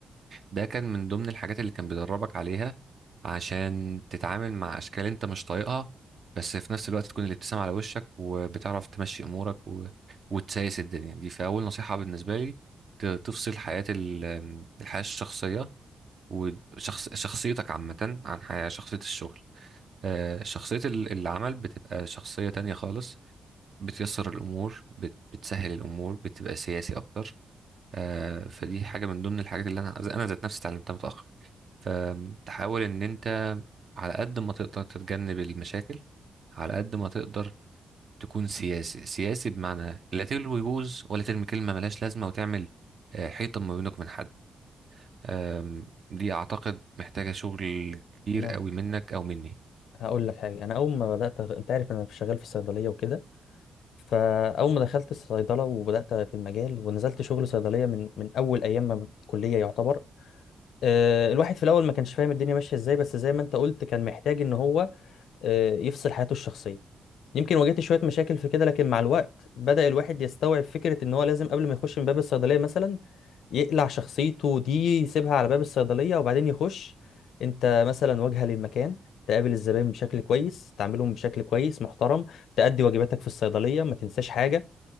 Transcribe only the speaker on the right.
ده كان من ضمن الحاجات اللي كان بيدربك عليها عشان تتعامل مع اشكال انت مش طايقها بس في نفس الوقت تكون الابتسامة على وشك وبتعرف تمشي امورك و... وتسايس الدنيا دي فاول نصيحة بالنسبة لي ت- تفصل حياة ال... الحياة الشخصية وشخص شخصيتك عامة عن حياة شخصية الشغل آه، شخصية ال- العمل بتبقى شخصية تانية خالص بتيسر الأمور بت... بتسهل الأمور بتبقى سياسي أكتر آه، فدي حاجة من ضمن الحاجات اللي أنا أنا ذات نفسي اتعلمتها متأخر فتحاول ان انت على قد ما تقدر تتجنب المشاكل على قد ما تقدر تكون سياسي سياسي بمعنى لا تلوي بوز ولا ترمي كلمة ملهاش لازمة وتعمل آه، حيطة ما بينك من حد آم، دي اعتقد محتاجة شغل كتير
قوي منك او مني